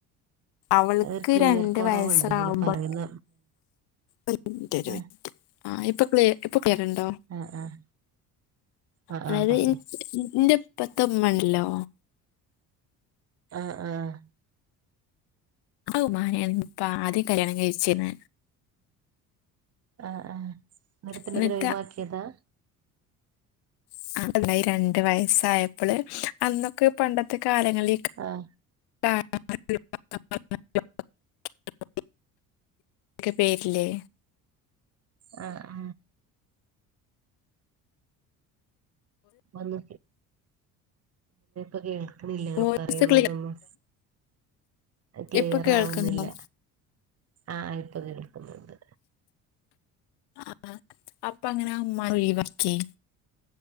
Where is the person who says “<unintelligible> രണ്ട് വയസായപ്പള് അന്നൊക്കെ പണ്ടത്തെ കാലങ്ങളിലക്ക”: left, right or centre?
Left